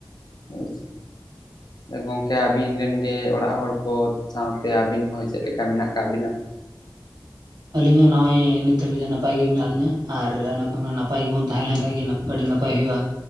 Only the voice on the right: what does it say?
<inaudible>
ᱟᱹᱞᱤᱧ ᱦᱚᱸ ᱱᱚᱜᱼᱚᱭ ᱱᱤᱛ ᱦᱟᱹᱵᱤᱡ ᱫᱚ ᱱᱟᱯᱟᱭ ᱜᱮ ᱢᱮᱱᱟᱜ ᱞᱤᱧᱟᱹ ᱟᱨ ᱚᱱᱟ ᱠᱚ ᱱᱟᱯᱟᱭ ᱜᱮᱵᱚᱱ ᱛᱟᱦᱮᱸ ᱞᱮᱱ ᱠᱷᱟᱱ ᱜᱮ ᱟᱹᱰᱤ ᱱᱟᱯᱟᱭ ᱦᱩᱭᱩᱜᱼᱟ